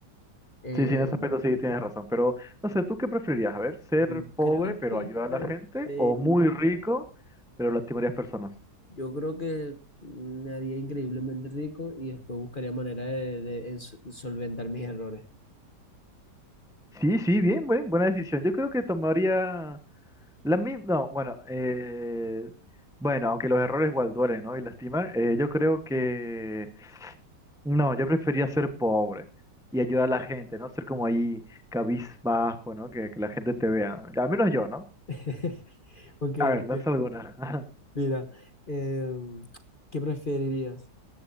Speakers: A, on the left; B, in the centre.
A: Eh,
B: Sí, sí, en ese aspecto sí tienes razón, pero no sé, ¿tú qué preferirías? A ver, ser
A: yo
B: pobre
A: creo
B: pero
A: que
B: ayudar a
A: preferiría,
B: la gente o muy rico pero lastimarías personas.
A: yo creo que me haría increíblemente rico y después buscaría manera de, de ens- solventar mis errores.
B: Sí, sí, bien, buen- buena decisión. Yo creo que tomaría la misma, no, bueno, eh, bueno, aunque los errores igual duelen, ¿no? Y lastiman, eh, yo creo que no, yo prefería ser pobre y ayudar a la gente, ¿no? Ser como ahí cabizbajo, ¿no? Que, que la gente te vea, al menos yo, ¿no?
A: <laughs> Ok,
B: A ver,
A: ok.
B: lanza alguna. <laughs>
A: Mira, em, ¿qué preferirías?